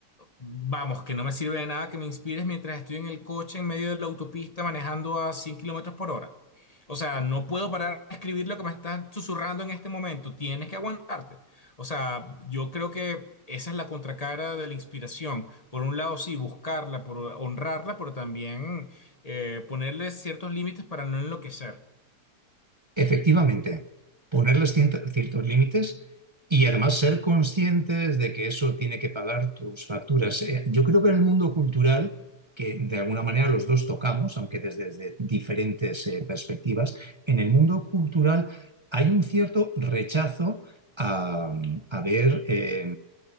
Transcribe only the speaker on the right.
Efectivamente, ponerles ciento- ciertos límites y además ser conscientes de que eso tiene que pagar tus facturas. Eh, yo creo que en el mundo cultural, que de alguna manera los dos tocamos, aunque desde, desde diferentes eh, perspectivas, en el mundo cultural hay un cierto rechazo a, a ver eh,